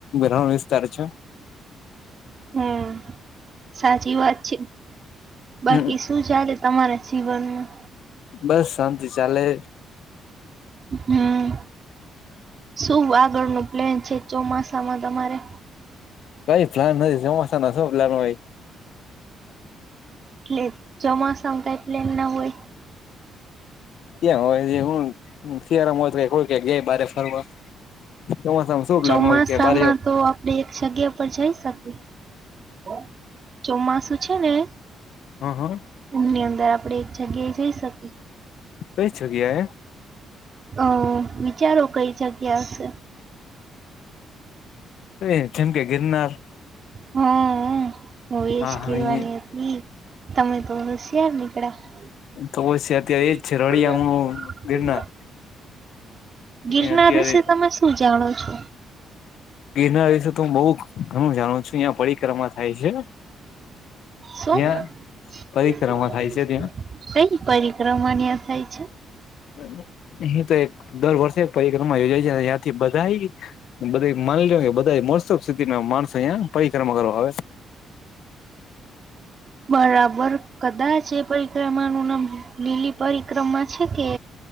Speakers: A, on the left; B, on the right.
A: રણ વિસ્તાર છે.
B: હમ! સાચી વાત છે. બાકી
A: હમ
B: શું ચાલે? તમારા જીવનમાં
A: બસ શાંતિ ચાલે.
B: હમ. શું આગળ નો પ્લેન છે.? ચોમાસામાં તમારે
A: કઈ પ્લાન નથી. ચોમાસા નો સુ પ્લાન હોય?
B: એટલે ચોમાસા <inaudible> કાય પ્લેન ના હોય.?
A: એ હોય છે હું.? શિયાળામાં હોય તો કઈક હોય કે જાય બારે ફરવા ચોમાસામાં શું
B: <inaudible>
A: પ્લાન
B: ચોમાસામાં
A: હોય કે બારે
B: તો આપડે એક જગ્યા પર જઈ શકીએ. ક. <inaudible> હું? ચોમાસું. છે ને,
A: હા હા
B: એમની અંદર આપ આપણે, એક જગ્યાએ જઈ શકીએ.
A: કઈ જગ્યા એ.?
B: અઅ વિચારો કઈ જગ્યા હશે.?
A: એ જેમ કે, ગિરનાર.
B: હાઅ હુંઅ હું એ
A: હા
B: જ કેવાની
A: હા એ
B: હતી, તમે તો હોસયાર નીકળ્યા.
A: તો પછી અત્યારે એજ છે રળિયામણું ગિરનાર
B: <inaudible> ગિરનાર
A: એ અત્યારે
B: વિશે તમે શું જાણો છો
A: ગિરનાર વિશે તો બહુ ઘણું જાણું છું. અંયા પરિક્રમા થાય છે.
B: શું?
A: ત્યાં પરિક્રમા
B: <inaudible>
A: થાય છે ત્યાં
B: કઈ પરિક્રમ.? અમારન્યા થાય છે.
A: <inaudible> એ તો એક દર વર્ષે પરિક્રમા યોજાય છે. ન્યાંથી બધાય બધા મા <inaudible> નીજ કે બધા મોસ્ત સ્થિતિના માણસો અં પરિક્રમા કરવા આવે.
B: બરાબર કદાચ જે પરિક્રમાનું નામ લીલી પરિક્રમા છે કે?